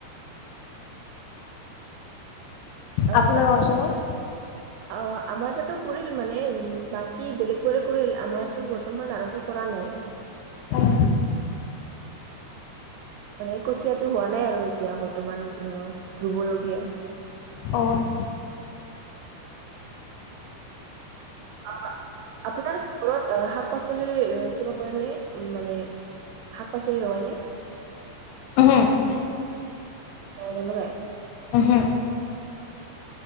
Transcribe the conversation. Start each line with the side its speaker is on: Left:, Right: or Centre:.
Right: অহ'
Left: আপোনাৰ অঞ্চলত
Right: আমাৰ তাতো কৰিল মানে। উম' বাকী বেলেগবোৰে কৰিল আমাৰতো বৰ্তমান আৰম্ভ কৰা নাই। <inaudible>
Left: অঁ
Right: মানে কঠিয়াতো হোৱা নাই আৰু এতিয়া বৰ্তমান অহ, ৰুব লগগীয়া।
Left: অহ'।
Right: অহ' আপোনাৰ ঘৰত শাক-পাচলিৰ কিবা কৰে নে, মানে। শাক-পাচলি ‌ৰুৱে নে?
Left: উম' নাই।
Right: নাই নলগাই।
Left: উম' হো।